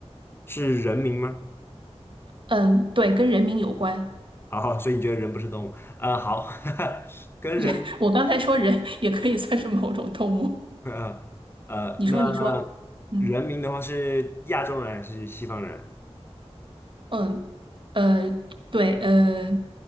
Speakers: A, on the left (about 20°); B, on the right (about 50°).
A: 是人名吗？
B: 嗯，对，跟人名有关。
A: 哦，所以你觉得人不是动物？啊、好，<laughs> 跟人，
B: <laughs> 我刚才说人也可以算是某种动物。
A: 呃呃，
B: 你说，
A: 那人名的话是亚洲人还是西方人？
B: 你说，嗯嗯呃，对，呃，